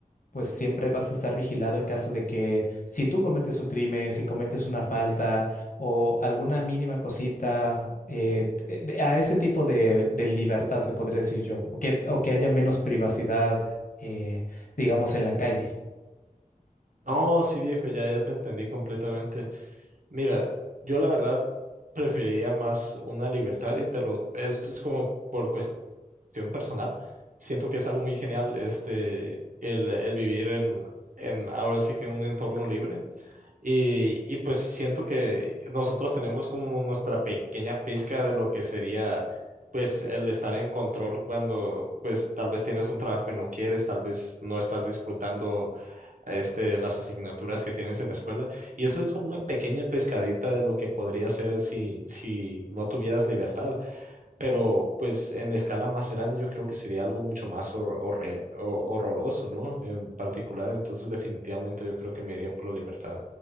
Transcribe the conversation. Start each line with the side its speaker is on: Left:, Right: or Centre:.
Left: pues siempre vas a estar vigilado en caso de que si tú cometes un crimen, si cometes una falta o alguna mínima cosita, eh, eh, de- a ese tipo de, de libertad le podría decir yo, o que, o que haya menos privacidad, eh, digamos, en la calle.
Right: No, sí, viejo, ya, ya te entendí completamente. Mira, yo la verdad preferiría más una libertad y te lo, esto es como por cuestión personal. Siento que es algo muy genial este, el, el vivir en, en, ahora sí que en un entorno libre. Y, y pues siento que nosotros tenemos como nuestra pequeña pizca de lo que sería pues el estar en control cuando pues tal vez tienes un trabajo que no quieres, tal vez no estás disfrutando este, las asignaturas que tienes en la escuela. Y eso es como una pequeña pescadita de lo que podría ser si, si no tuvieras libertad. Pero pues en escala más grande yo creo que sería algo mucho más hor- horre- ho- horroroso, ¿no? En particular, entonces definitivamente yo creo que me iría por la libertad.